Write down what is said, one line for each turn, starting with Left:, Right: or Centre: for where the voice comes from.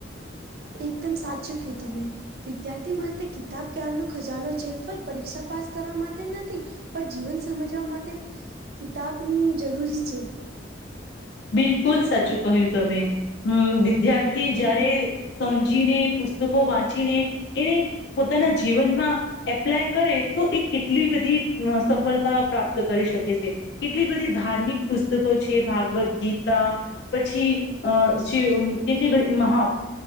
Right: એકદમ સાચું ક તમે. વિદ્યાર્થી માટે કિતાબ જ્ઞાન નો ખજાનો છે ફલ પરીક્ષા પાસ કરવા માટે નથી. પણ જીવન સમજવા માટે કિતાબ નુ જરૂરી છે.
Left: બિલકુલ સાચું કહ્યું તમે હમ વિદ્યાર્થી જ્યારે સમજીને પુસ્તકો વાંચીને એને પોતાના જીવનમાં એપ્લાય કરે તો એ કેટલી બધી સફળતા પ્રાપ્ત કરી શકે છે. કેટલી બધી ધાર્મિક પુસ્તકો છે ભાગવદ ગીતા પછી અ શિવ કેટલી બધી મહા